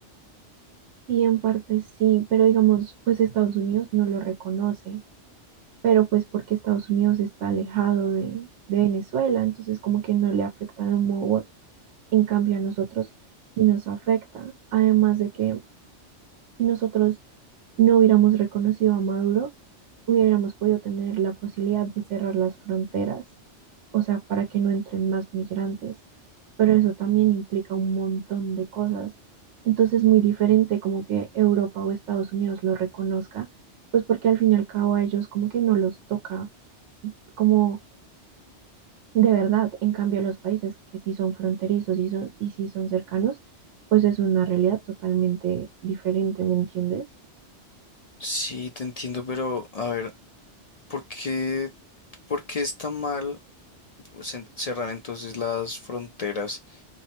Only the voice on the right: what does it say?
Sí, en parte sí, pero digamos, pues Estados Unidos no lo reconoce. pero pues porque Estados Unidos está alejado de, de Venezuela, entonces como que no le afecta de un modo u otro. En cambio a nosotros sí nos afecta, además de que si nosotros no hubiéramos reconocido a Maduro, hubiéramos podido tener la posibilidad de cerrar las fronteras, o sea, para que no entren más migrantes, pero eso también implica un montón de cosas. Entonces es muy diferente como que Europa o Estados Unidos lo reconozca, pues porque al fin y al cabo a ellos como que no los toca como de verdad. En cambio, los países que sí son fronterizos y, son, y sí son cercanos, pues es una realidad totalmente diferente, ¿me entiendes?